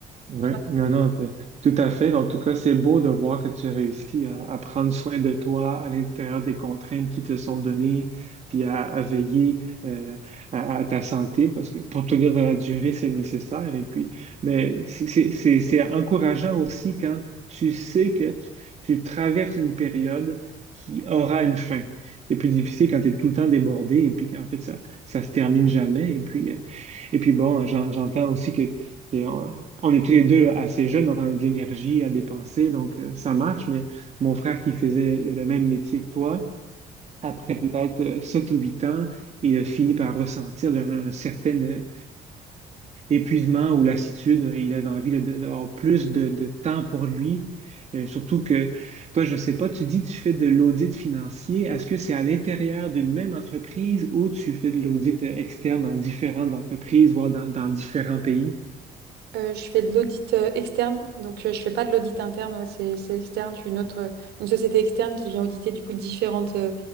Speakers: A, on the right (about 40°); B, on the right (about 75°).
A: Oui,
B: toi.
A: non, non, t- tout à fait. En tout cas, c'est beau de voir que tu réussis à, à prendre soin de toi à l'intérieur des contraintes qui te sont données, puis à, à veiller euh, à, à ta santé, parce que pour tenir dans la durée, c'est nécessaire. Et puis, mais c'est c'est- c'est- c'est encourageant aussi quand tu sais que tu, tu traverses une période qui aura une fin. C'est plus difficile quand tu es tout le temps débordé et puis qu'en fait, ça, ça se termine jamais. Et puis, euh, et puis bon, j'en- j'entends aussi que et on, on est tous les deux assez jeunes, donc on a de l'énergie à dépenser, donc euh, ça marche. Mais mon frère qui faisait le même métier que toi, après peut-être euh, sept ou huit ans, il a fini par ressentir un, certain euh, épuisement ou lassitude, euh, il avait envie là, de- d'avoir plus de, de temps pour lui. Euh, surtout que, toi, je ne sais pas, tu dis que tu fais de l'audit financier. Est-ce que c'est à l'intérieur d'une même entreprise ou tu fais de l'audit euh, externe dans différentes entreprises, voire dans, dans différents pays?
B: Euh, je fais de l'audit euh, externe, donc euh, je fais pas de l'audit interne, ouais, c'est c'est externe. Je suis une autre, euh, une société externe qui vient auditer du coup différentes euh,